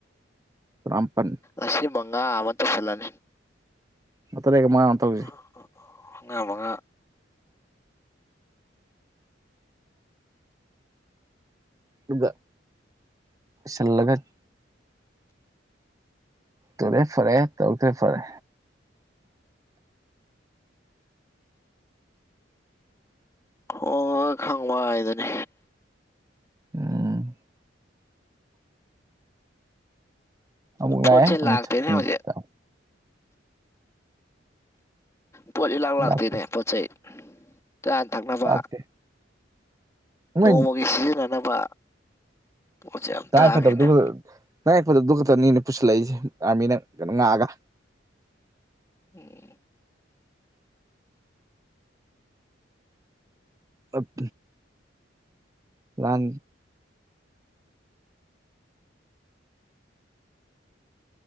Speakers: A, on the right; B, on the left.
A: ꯇꯔꯥꯝꯄꯟ
B: ꯑꯁꯤ ꯃꯉꯥ ꯑꯃ ꯇꯧꯁꯜꯂꯅꯤ
A: ꯉꯥꯇ ꯂꯩꯒ ꯃꯉꯥ ꯑꯃꯨ ꯇꯧꯖꯤ
B: ꯑꯑꯑ ꯐꯨꯅ ꯃꯡꯉꯥ
A: ꯑꯗꯨꯒ ꯁꯜꯂꯒꯠ ꯇꯧꯔꯦ ꯐꯔꯦ ꯇꯧꯗ꯭ꯔꯦ ꯐꯔꯦ
B: ꯍꯣꯏ ꯈꯪꯕ ꯍꯥꯏꯗꯅꯦ
A: ꯎꯝ ꯑꯃꯨꯛ
B: ꯄꯣꯠꯁꯦ
A: ꯂꯑ ꯑꯃꯨꯛ
B: ꯂꯥꯛꯇꯦꯅꯦ
A: ꯆꯠꯀꯤ ꯅ
B: ꯍꯧꯖꯤꯛ
A: ꯊꯥ
B: ꯄꯣꯠ ꯂꯤꯂꯥꯡ ꯂꯥꯛꯇꯦꯅꯦ
A: ꯂꯥꯛꯇꯦ
B: ꯄꯣꯠ ꯆꯩꯩ ꯆꯥꯅ ꯊꯛꯅꯕ
A: ꯂꯥꯛꯇꯦ ꯃꯣꯏ
B: ꯅꯣꯡꯃꯒꯤ ꯁꯤꯖꯤꯟꯅꯅꯕ ꯄꯣꯠꯁꯦ ꯌꯥꯝ
A: ꯇꯔꯥꯏ
B: ꯇꯥꯡꯉꯦꯅꯦ
A: ꯐꯠꯇꯕꯗꯨ ꯈ ꯅꯥꯔꯛꯄꯗꯗꯨ ꯈꯛꯇꯅꯦꯅ ꯄꯨꯁꯤꯜꯂꯛꯏꯁꯦ ꯑꯥꯔꯃꯤꯅ ꯀꯩꯅꯣ ꯉꯥꯛꯑꯒ
B: ꯎꯝ
A: ꯑꯞ ꯂꯥꯟ